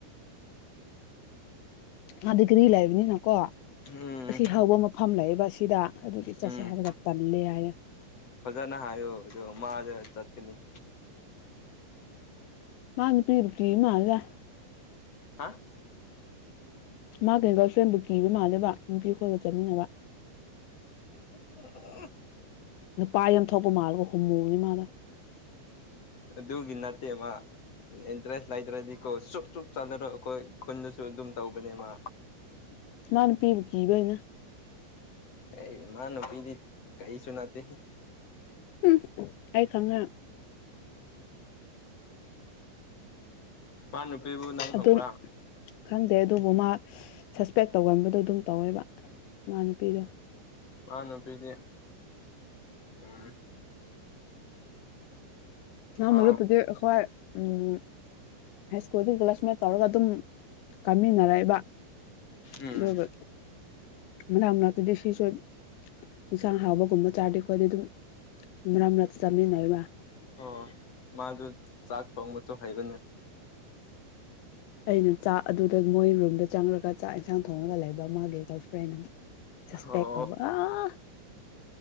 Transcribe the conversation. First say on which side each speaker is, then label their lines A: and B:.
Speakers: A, on the left; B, on the left.
A: ꯑꯥꯗꯒꯤꯔꯤ ꯂꯩꯕꯅꯤꯅꯀꯣ
B: ꯎꯝ
A: ꯑꯁꯤ ꯍꯧꯕ ꯃꯐꯝ ꯂꯩꯕ ꯑꯁꯤꯗ ꯑꯗꯨꯗꯤ ꯆꯠꯁꯦ
B: ꯎꯝ
A: ꯍꯥꯏꯔꯒ ꯇꯜꯂꯦ ꯍꯥꯏꯌꯦꯦ
B: ꯐꯖꯅ ꯍꯥꯏꯌꯣ ꯑꯗꯣ ꯃꯥꯗ ꯆꯠꯀꯅꯤ
A: ꯃꯥ ꯅꯨꯄꯤ ꯀꯤ ꯃꯜꯂꯤꯗ
B: ꯍꯥ
A: ꯃꯥꯅ ꯒꯔꯜ ꯐ꯭ꯔꯦꯟꯕꯨ ꯀꯤꯕ ꯃꯥꯜꯂꯦꯕ ꯅꯨꯄꯤ ꯈꯣꯏꯒ ꯆꯠꯃꯤꯟꯅꯕ
B: <unintelligible>
A: ꯅꯨꯄꯥ ꯌꯥꯝ ꯊꯣꯛꯄ ꯃꯥꯜꯂꯒ ꯍꯣꯃꯣꯅꯤ ꯃꯥꯗꯣ
B: ꯑꯗꯨꯒꯤ ꯅꯥꯠꯇꯦꯃ ꯏꯟꯇꯔꯦꯁ ꯂꯩꯇ꯭ꯔꯗꯤ ꯀꯣ ꯆꯨꯞ ꯆꯨꯞ ꯆꯠꯂꯔꯣꯏ ꯑꯩꯈꯣꯏ ꯈꯨꯟꯗꯁꯨ ꯑꯗꯨꯝ ꯇꯧꯕꯅꯦ ꯃꯥ
A: ꯃ ꯅꯨꯄꯤꯕꯨ ꯀꯤꯕꯩꯅꯦ
B: ꯑꯦ ꯃ ꯅꯨꯄꯤꯗꯤ ꯀꯔꯤꯁꯨ ꯅꯠꯇꯦ
A: ꯎꯝ ꯑꯩ ꯈꯪꯅ
B: ꯃꯥ ꯅꯨꯄꯤꯕꯨ ꯅꯪ ꯈꯪꯕ꯭ꯔꯥ
A: ꯑꯗꯨꯝ ꯈꯪꯗꯦ ꯑꯗꯨꯕꯨ ꯃꯥ ꯁꯁꯄꯦꯛ ꯇꯧꯒꯟꯕꯗꯣ ꯑꯗꯨꯝ ꯇꯧꯋꯦꯕ ꯃ ꯅꯨꯄꯤꯗꯣ
B: ꯃꯥ ꯅꯨꯄꯤꯗꯤ ꯎꯝ
A: <unintelligible>
B: ꯑꯥ
A: ꯍꯥꯏ ꯁ꯭ꯀꯨꯜꯒꯤ ꯀ꯭ꯂꯥꯁ ꯃꯠ ꯇꯧꯔꯒ ꯑꯗꯨꯝ ꯀꯥꯃꯤꯟꯅꯔꯛꯏꯕ
B: ꯎꯝ
A: ꯑꯗꯨꯒ ꯃꯅꯥꯛ ꯃꯅꯥꯛꯇꯗꯤ ꯁꯤꯁꯣ ꯏꯟꯁꯥꯡ ꯍꯥꯎꯕꯒꯨꯝꯕ ꯆꯥꯔꯗꯤ ꯑꯩꯈꯣꯏꯗꯤ ꯑꯗꯨꯝ ꯃꯔꯛ ꯃꯔꯛ ꯆꯥꯃꯤꯟꯅꯔꯤꯕ
B: ꯑꯣ ꯃꯥꯁꯨ ꯆꯥꯛ ꯊꯣꯡꯕꯁꯨ ꯍꯩꯕꯅꯦ
A: ꯑꯩꯅ ꯆꯥꯛ ꯑꯗꯨꯗ ꯃꯣꯏ ꯔꯨꯝꯗ ꯆꯪꯔꯒ ꯆꯥꯛ ꯌꯦꯟꯁꯥꯡ ꯊꯣꯡꯉꯒ ꯂꯩꯕ ꯃꯥꯒꯤ ꯒꯔꯜ ꯐ꯭ꯔꯦꯟꯅ ꯆꯁꯄꯦꯛ
B: ꯑꯣ
A: ꯇꯧꯕ ꯑꯥ